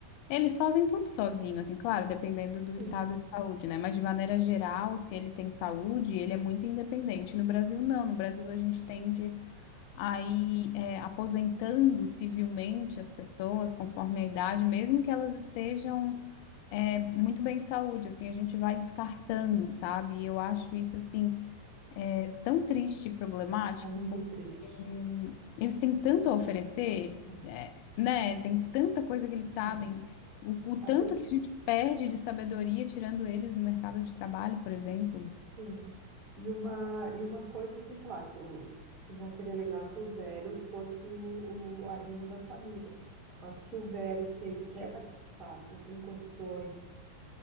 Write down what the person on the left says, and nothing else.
Eles fazem tudo sozinho, assim, claro, dependendo do estado
de saúde, né? Mas de maneira geral, se ele tem saúde, ele é muito independente. No Brasil, não. No Brasil, a gente tende Aí, é, aposentando civilmente as pessoas conforme a idade, mesmo que elas estejam, é, muito bem de saúde, assim, a gente vai descartando, sabe? E eu acho isso, assim, é tão triste e problemático,
porque
hum, eles têm tanto a oferecer,
é, né? Tem tanta coisa que eles sabem.
O, o tanto
que a gente perde de sabedoria tirando eles do mercado de trabalho, por exemplo.